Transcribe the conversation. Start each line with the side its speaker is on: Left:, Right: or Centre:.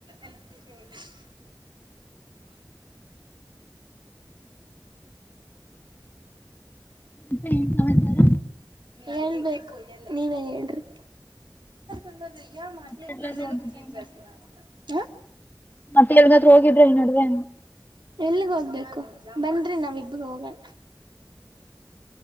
Right: ಎ <unintelligible>
Left: ಮತ್ತೆ ಏನ್ ಸಮಾಚಾರ
Right: ಹೇಳ್ಬೇಕು ನೀವೇ ಹೇಳ್ರಿ ಂದಯ ಮಾಡ್ಲಿಟ್ಲೇ
Left: ಮತ್ತೆ ಎಲ್ಲಾದ್ರೂ ಹೋಗಿದ್ರ
Right: ಬ
Left: ಈ ನಡುವೆ
Right: <unintelligible>
Left: ಮತ್ತೆ ಎವಗನತ್ರ ಹೋಗಿದ್ರ ಈ ನಡುವೆ
Right: ಎಲ್ಲಿಗ ಹೋಗ್ಬೇಕು ಬನ್್ರಿ ನಾವ್ಿಬ್ಬ ಹೋಗೋಣ